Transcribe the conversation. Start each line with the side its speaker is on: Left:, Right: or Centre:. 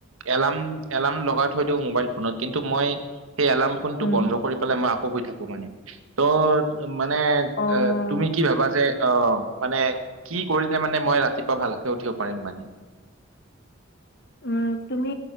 Right: এলাৰ্ম এলাৰ্ম লগাই থৈ দিওঁ মোবাইল ফোনত কিন্তু মই। সেই এলাৰ্ম ফোনটো
Left: উম।
Right: বন্ধ কৰি পেলাই মই আকৌ শুই থাকো মানে। ত মানে
Left: অ',
Right: আ', তুমি কি ভাবা যে অ', মানে। কি কৰিলে মানে মই ৰাতিপুৱা ভালকে উঠিব পাৰিম মানে।
Left: উম তুমি